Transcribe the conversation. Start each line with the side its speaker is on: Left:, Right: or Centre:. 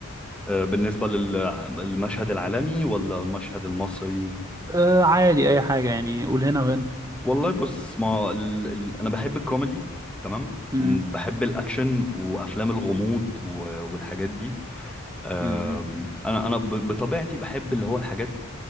Centre: آه، بالنسبه للمشهد العالمي ولا المشهد المصري
Right: آه عادي اي حاجه يعني قول هنا وهنا
Centre: والله بص ما ال... ال... انا بحب الكوميدي تمام
Right: امم
Centre: م- بحب الاكشن وافلام الغموض و... والحاجات دي أم،
Right: امم
Centre: انا انا ب- بطبيعتي بحب اللي هو الحاجات